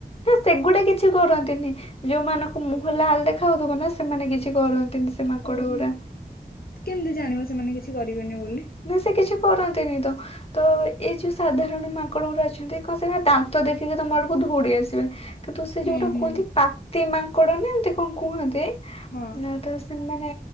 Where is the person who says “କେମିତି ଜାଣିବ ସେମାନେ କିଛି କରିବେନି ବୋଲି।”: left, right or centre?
Left